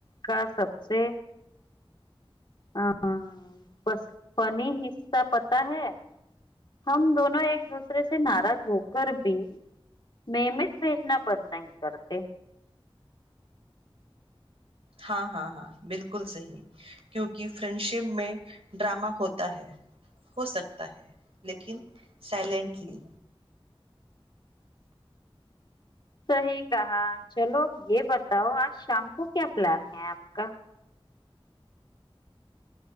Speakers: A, on the left (about 50°); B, on the right (about 85°).
A: کا سب سے ہ فنی حصہ پت ہے ہم دونوں ایک دوسرے سے ناراض ہو کر بھی م میںز بھیجنا بند نہیں کرتے
B: ہاں ہاں ہاں بالکل صحیح کیونکہ فرینڈ شپ میں ڈرامہ ہوتا ہے ہو سکتا ہے لیکن سائلینٹلی
A: صحی کہا چلو یہ بتاؤ آج شام کو کیا پلان ہے آپ کا